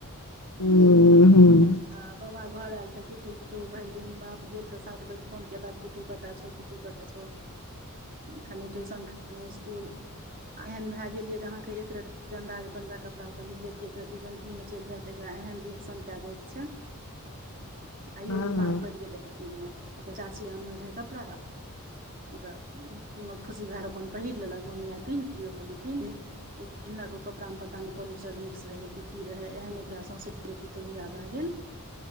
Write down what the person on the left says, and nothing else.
हूँ हूँ
हँ
हँ